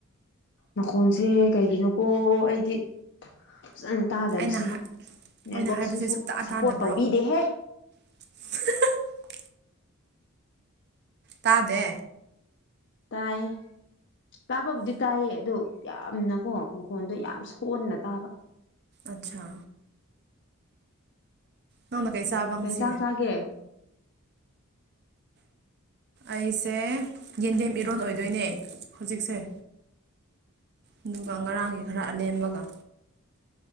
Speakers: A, on the left; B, on the right.
A: ꯃꯈꯣꯟꯁꯦ ꯀꯩꯒꯤꯅꯣꯀꯣ ꯑꯩꯗꯤ ꯐꯖꯅ ꯇꯥꯗꯕꯁꯦ
B: ꯑꯩꯅ
A: ꯅꯦꯠꯋꯥꯛꯁꯤꯁꯨ
B: ꯑꯩꯅ ꯍꯥꯏꯕꯁꯦ ꯁꯨꯛꯇꯥ
A: ꯁꯄꯣꯔꯠ
B: ꯇꯥꯗꯕ꯭ꯔꯣ
A: ꯇꯧꯕꯤꯗꯦꯍꯦ
B: <unintelligible> ꯇꯥꯗꯦ
A: ꯇꯥꯏ ꯇꯥꯕꯕꯨꯗꯤ ꯇꯥꯏꯌꯦ ꯑꯗꯨ ꯌꯥꯝꯅꯀꯣ ꯃꯈꯣꯟꯗꯣ ꯌꯥꯝ ꯁꯣꯟꯅ ꯇꯥꯕ
B: ꯑꯁꯥ ꯅꯪꯅ ꯀꯔꯤ ꯆꯥꯕ
A: ꯀꯩ
B: ꯉꯁꯤ
A: ꯏꯟꯁꯥꯡ ꯆꯥꯒꯦ
B: ꯑꯩꯁꯦ ꯌꯦꯟꯗꯦꯝ ꯏꯔꯣꯟꯜ ꯑꯣꯏꯗꯣꯏꯅꯦ ꯍꯧꯖꯤꯛꯁꯦ ꯑꯗꯨꯒ ꯉꯔꯥꯡꯒꯤ ꯈꯔ ꯑꯂꯦꯝꯕꯒ